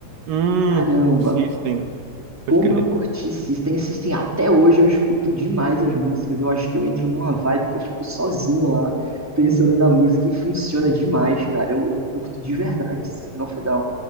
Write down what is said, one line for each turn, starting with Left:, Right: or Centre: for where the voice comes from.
Right: Hum,
Centre: Caramba,
Right: System,
Centre: como
Right: pode crer.
Centre: eu curti System, System até hoje eu escuto demais as músicas. Eu acho que eu entro numa vibe que eu fico sozinho lá, pensando na música e funciona demais, cara. Eu, eu curto de verdade System of a Down